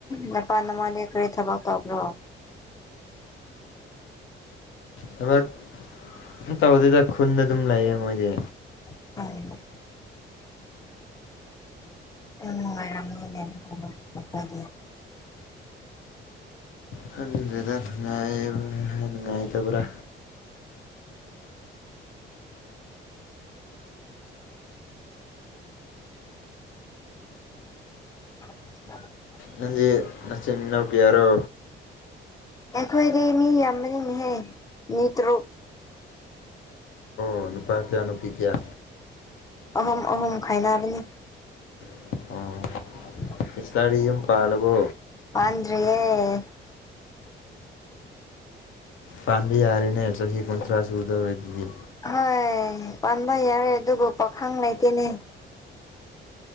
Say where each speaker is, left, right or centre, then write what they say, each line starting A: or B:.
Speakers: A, on the left (about 15°); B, on the left (about 80°).
A: ꯅꯄꯥ ꯅꯃꯥꯗꯤ ꯀꯔꯤ ꯊꯕꯛ ꯇꯧꯕ꯭ꯔꯣ
B: ꯊꯕꯛ ꯑꯝ ꯇꯧꯗꯦꯗ ꯈꯨꯟꯗ ꯑꯗꯨꯝ ꯂꯩꯌꯦ ꯃꯣꯏꯗꯤ
A: <unintelligible> ꯌꯥꯝ ꯅꯨꯉꯥꯏꯔꯝꯅꯤꯅꯦ <unintelligible>
B: ꯈꯪꯗ꯭ꯔꯦꯗ ꯅꯨꯡꯉꯥꯏꯕ ꯍꯥꯏ ꯅꯨꯡꯉꯥꯏꯇꯕ꯭ꯔꯥ
A: <inaudible>
B: ꯅꯟꯗꯤ ꯅꯆꯤꯟ ꯅꯥꯎ ꯀꯌꯥꯔꯣ
A: ꯑꯦꯈꯣꯏꯗꯤ ꯃꯤ ꯌꯥꯝꯕꯅꯤꯅꯤꯍꯦ ꯃꯤ ꯇ꯭ꯔꯨꯛ
B: ꯑꯣ ꯅꯨꯄꯥ ꯀꯌꯥ ꯅꯨꯄꯤ ꯀꯌꯥ
A: ꯑꯍꯨꯝ ꯑꯍꯨꯝ ꯈꯥꯏꯅꯕꯅꯤ
B: ꯑꯣ
A: <inaudible>
B: ꯁꯤꯁꯇꯔꯗꯤ ꯌꯨꯝ ꯄꯥꯜꯂꯕꯣ
A: ꯄꯥꯟꯗ꯭ꯔꯤꯌꯦ
B: ꯄꯥꯟꯕ ꯌꯥꯔꯦꯅꯦ ꯆꯍꯤ ꯀꯨꯟꯊ꯭ꯔꯥ ꯁꯨꯗꯧꯔꯗꯨꯗꯤ
A: ꯍꯣꯏ ꯄꯥꯟꯕ ꯌꯥꯔꯦ ꯑꯗꯨꯕꯨ ꯄꯥꯈꯪ ꯂꯩꯇꯦꯅꯦ